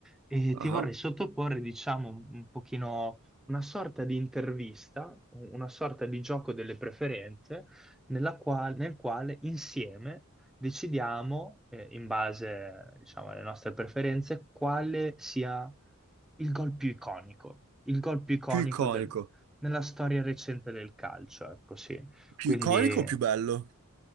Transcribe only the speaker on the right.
Ah,
Più iconico.
Più
iconico o più bello?